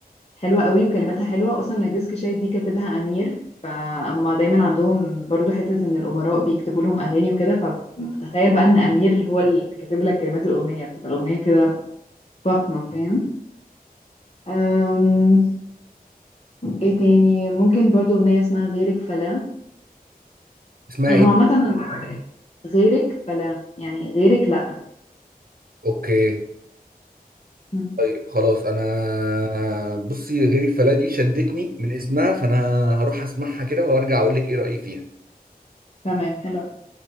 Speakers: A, on the left; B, on the right.
A: حلوة قوي وكلماتها حلوة أصلا نرجسك شاي دي كاتبها أمير فهما دايما عندهم برضو حتة إن الأمراء بيكتبوا لهم أغاني وكده فتخيل بقى إن أمير هو اللي كاتب لك كلمات الأغنية بتبقى الأغنية كده فخمة فاهم أم... إيه تاني ممكن برضو أغنية اسمها غيرك فلا
B: اسمها
A: يعني
B: إيه؟
A: هو عامة غيرك فلا يعني غيرك لأ
B: أوكي
A: مم.
B: طيب خلاص انا بصي غير الفلا دي شدتني من اسمها فانا هروح اسمعها كده وارجع اقول لك ايه رأيي فيها
A: تمام حلو